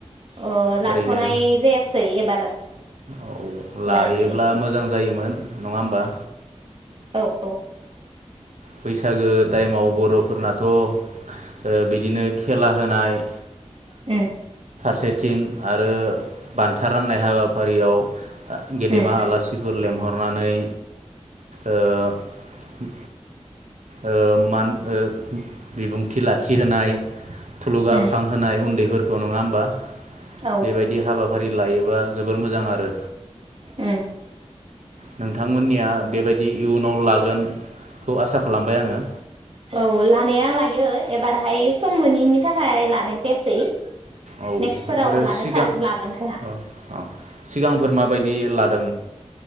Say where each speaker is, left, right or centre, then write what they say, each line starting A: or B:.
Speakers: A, on the right (about 50°); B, on the right (about 80°).
A: अ लाथनाय
B: ओरैनो
A: जायासै एबार।
B: औ लायोब्ला
A: लायासै औ
B: मोजां जायोमोन। नङा होमबा?
A: औ औ
B: बैसागो टाइमाव बरफोरनाथ ओ बिदिनो खेला होनाय
A: उ
B: फारसेथिं आरो बान्था राननाय हाबाफारियाव ओ गेदेमा
A: उम
B: आलासिफोर लेंहरनानै ओ ओ मान ओ बिबुंथि लाखिहोनाय थुलुंगाखां
A: उम
B: होनाय उन्दैफोर नङा होमबा
A: औ
B: बेबायदि हाबा फारि लायोबा जोबोर मोजां आरो
A: उम
B: नोंथांमोननिया बेबायदि इयुनाव लागोनखौ आसा खालामबाय आङो
A: औ लानाया लायो एबारहाय सम मोनैनि थाखाय लानाय जायासै
B: औ
A: नेक्स्टफोराव
B: आरै
A: लानो
B: सिगां
A: सा लागोन खोमा
B: औ औ सिगांफोर माबायदि <unintelligible>